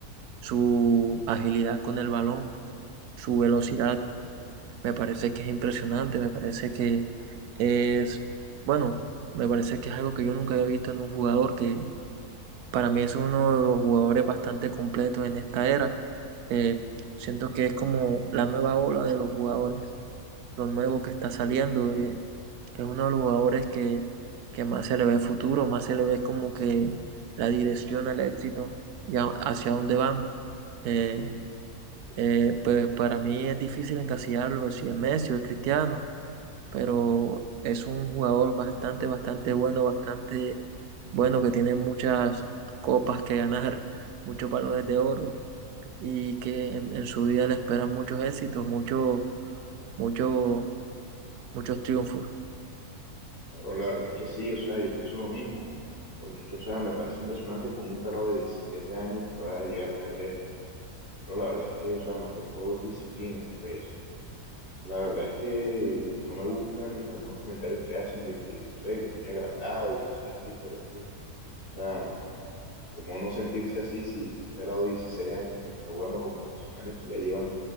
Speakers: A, on the right; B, on the left.
A: su agilidad con el balón, su velocidad me parece que es impresionante, me parece que es, bueno, me parece que es algo que yo nunca había visto en un jugador, que para mí es uno de los jugadores bastante completos en esta era. Eh, siento que es como la nueva ola de los jugadores, lo nuevo que está saliendo. eh, es uno de los jugadores que, que más se le ve futuro, más se le ve como que la dirección al éxito y a- hacia dónde van. Eh, eh, pues para mí es difícil encasillarlo si es Messi o es Cristiano, pero es un jugador bastante, bastante bueno, bastante bueno que tiene muchas copas que ganar, <laughs> muchos balones de oro y que en, en su vida le esperan muchos éxitos, muchos, muchos, muchos triunfos.
B: No, Bro, la verdad es que sí, o sea, yo pienso lo mismo, porque es que, o sea, me parece impresionante cómo un pelado de 17 años pueda llegar tan lejos. Pero la verdad es que, o sea, más que todo es disciplina, pues La verdad es que no me gustan algunos comentarios que hacen de que, no sé, que es muy agrandado y cosas así, pero es que, o sea, ¿cómo no sentirse así si un pelado de 16 años que está jugando con profesionales que ya llevan